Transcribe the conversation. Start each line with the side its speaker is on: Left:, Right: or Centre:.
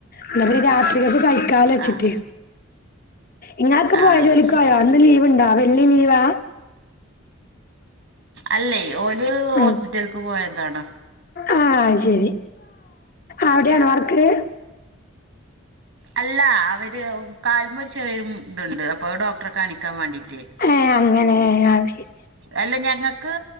Left: എന്നാപ്പിന്നെ രാത്രിലേക്ക് കഴിക്കാ വെച്ചിട്ടേ
Right: ആഹ്
Left: ഇങ്ങളൊക്കെ പോയ
Right: ആഹ് അത്
Left: ജോലിക്ക്
Right: ശരിയാ
Left: പോയോ ഇന്ന് ലീവ്ണ്ടാ വെള്ളി ലീവാ?
Right: അല്ലേ ഓരു
Left: ആഹ്
Right: ഹോസ്പിറ്റൽക്ക് പോയന്താണ്
Left: ആഹ് ശരി എവിടെയാണോ വർക്ക്?
Right: അല്ല അവര് കാൽമേ ചെറിയൊരു ഇതുണ്ട് അപ്പൊ ഡോക് അത്ര കാണിക്കാൻ വേണ്ടിട്ട്
Left: ഏഹ് അങ്ങനെ അത് ശരി
Right: അല്ല ഞങ്ങൾക്ക്